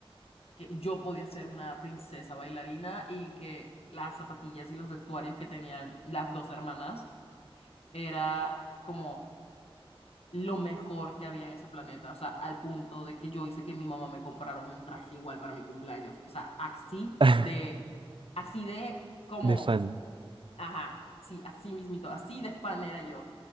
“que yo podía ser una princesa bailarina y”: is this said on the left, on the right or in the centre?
Left